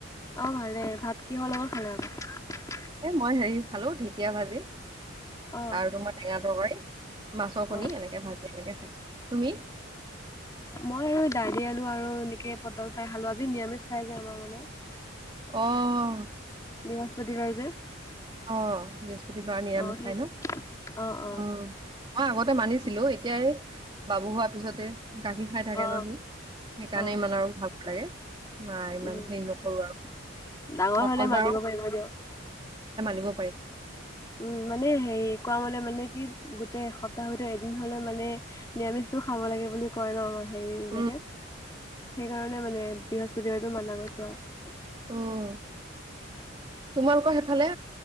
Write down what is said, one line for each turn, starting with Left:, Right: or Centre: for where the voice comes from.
Left: অ' ভালে। ভাত কিহৰ লগত খালে আকৌ?
Right: এহঁ মই হেৰি খালো ঢেকীয়া ভাজি
Left: অ
Right: আৰু তোমাৰ টেঙা তৰকাৰী মাছৰ কণী
Left: অ
Right: এনেকে ভাজি এনেকে খাইছোঁ। তুমি?
Left: মই আৰু দালি আলু আৰু এনেকে পটল ফ্ৰাই খালোঁ আজি নিৰামিষ খাই যে আমাৰ মানে
Right: আহ।
Left: বৃহস্পতি বাৰ যে।
Right: অ' বৃহস্পতিবাৰ নিৰামিষ
Left: অ সেইকাৰণে
Right: খাই ন?
Left: অ অ
Right: উম। মই আগতে মানিছিলো এতিয়াই বাবু হোৱাৰ পিছতে গাখীৰ খাই থাকে
Left: অ
Right: ন সি। সেইকাৰণে
Left: অ
Right: ইমান আৰু ভাল লাগে। নাই ইমান
Left: উম
Right: হেৰি নকৰো আৰু
Left: ডাঙৰ
Right: মংগলবাৰ
Left: হলে মানিব পাৰিব দিয়ক
Right: প <unintelligible>
Left: উম মানে হেৰি কোৱা মানে মানে কি গোটেই এসপ্তাহৰ ভিতৰত এদিন হলে মানে নিৰামিষটো খাব লাগে। বুলি কয় নহঁ হেৰি বিলাকে
Right: উম।
Left: সেইকাৰণে মানে বৃহস্পতিবাৰতো মানা কৈছে আৰু
Right: উম, তোমালোকৰ সেইফালে